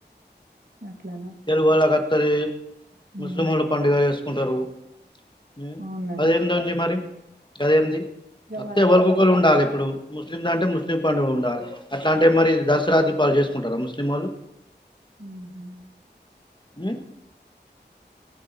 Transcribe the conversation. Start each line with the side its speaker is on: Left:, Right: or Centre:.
Right: అట్లానా.
Left: తెలుగోలా కత్తదీ
Right: హ్మ్.
Left: ముస్లిమోలు పండుగ చేస్కుంటరూ మ్
Right: అవునండి.
Left: అదేందండి మరి గాదెన్ది
Right: ఇగ
Left: అంత్తే
Right: వాళ్ళ
Left: ఓలకొకలు
Right: ఇష్టమండి.
Left: ఉండాలెప్పుడూ ముస్లిందా అంటె ముస్లిం పండుగ ఉండాలి అట్లాంటే మరి దసరా దీపాలి చేస్కుంటారా ముస్లింమాల్లు
Right: ఊహ్
Left: మ్మ్